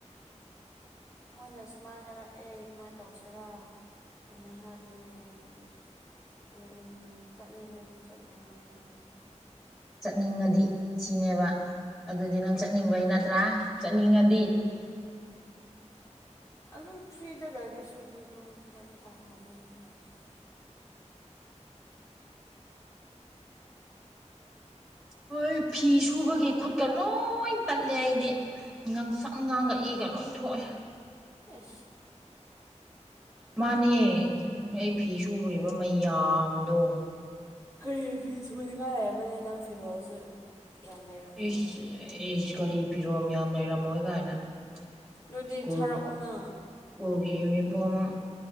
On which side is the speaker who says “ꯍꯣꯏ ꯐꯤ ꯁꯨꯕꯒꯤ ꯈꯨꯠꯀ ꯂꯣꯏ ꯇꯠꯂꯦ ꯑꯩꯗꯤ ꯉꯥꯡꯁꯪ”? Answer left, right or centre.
Centre